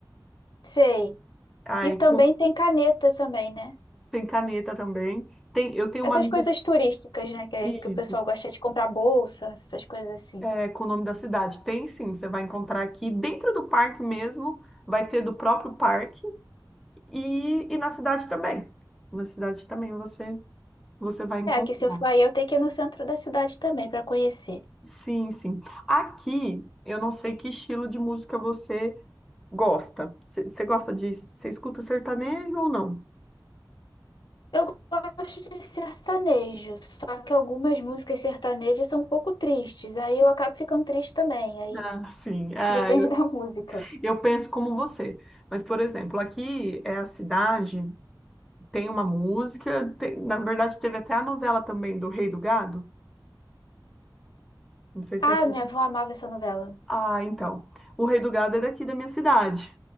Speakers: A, on the left; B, in the centre.
A: Sei.
B: Ai,
A: E também
B: com-
A: tem caneta também, né?
B: tem caneta também. Tem, eu tenho
A: Essas
B: uma amiga,
A: coisas turísticas, né? Que, é,
B: isso,
A: que o pessoal gosta de comprar bolsa, essas coisas assim.
B: é, com o nome da cidade. Tem sim, você vai encontrar aqui dentro do parque mesmo, vai ter do próprio parque e, e na cidade também. Na cidade também você, você vai encontrar.
A: É, que se eu for aí, eu tenho que ir no centro da cidade também para conhecer.
B: Sim, sim. Aqui, eu não sei que estilo de música você gosta. Você gosta de. Você escuta sertanejo ou não?
A: Eu gosto de sertanejo, só que algumas músicas sertanejas são um pouco tristes. Aí eu acabo ficando triste também. Aí
B: Ah, sim.
A: <laughs>
B: Ah,
A: depende
B: eu,
A: da música.
B: eu penso como você. Mas, por exemplo, aqui é a cidade, tem uma música. tem- na verdade, teve até a novela também do Rei do Gado. Não sei se
A: Ah,
B: você já...
A: minha
B: ouviu.
A: avó amava essa novela.
B: Ah, então. O Rei do Gado é daqui da minha cidade,